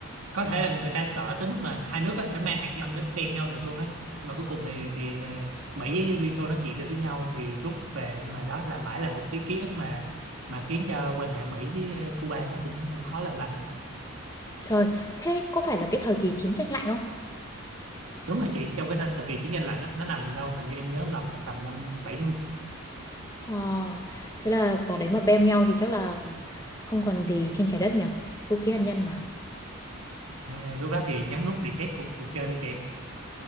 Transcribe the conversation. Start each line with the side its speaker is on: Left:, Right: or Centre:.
Right: có thể là người ta sợ tới mức mà hai nước có thể mang hạt nhân nó bem nhau được luôn ấy nhưng mà cuối cùng thì thì ờ, Mỹ với Liên Xô nó chỉ được với nhau thì rút về nhưng mà đó là mãi là một cái ký ức mà mà khiến cho quan hệ Mỹ với ờ, Cuba nó cũng cũng khó làm lành lắm
Left: Trời, thế có phải là cái thời kỳ chiến tranh lạnh không?
Right: đúng rồi chị trong cái thời kỳ chiến tranh lạnh đó, nó nằm đâu hình như em nhớ không lầm là tầm năm 70
Left: Ờ, thế là quả đấy mà bem nhau thì chắc là không còn gì trên trái đất nhỉ? Vũ khí hạt nhân
Right: à, lúc đó thì nhấn nút reset cuộc cuộc chơi thôi chị